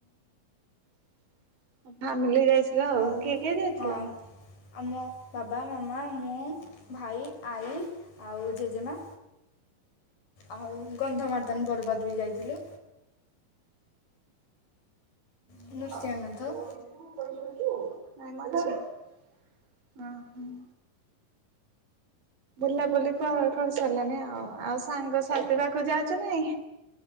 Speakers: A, on the right; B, on the left.
A: <inaudible> ଫ୍ୟାମିଲି ଯାଇ ଯ
B: ଆଉ
A: କିଏ କିଏ ଯାଇଥିଲ?
B: ହଁ
A: <inaudible>
B: ଆମ ବାବା ମାମା ମୁଁ। ଭାଇ ଆଈ ଆଉ ଜେଜେମା ଆଉ। କନ୍ଧମାର୍ଦନ ପର୍ବତ ବି ଯାଇଥିଲୁ।
A: ଝିଅ
B: ନୃସିଂହନାଥ
A: ପଡ଼ିଯିବୁ। ନାଇ ମ ଅ ହୁଁ ବୁଲାବୁଲି କ-କର ସାରିଲଣିି ଆଉ ଆଉ ସାଙ୍ଗସାଥି ପାଖକୁ ଯାଉଛ ନାଇଁ।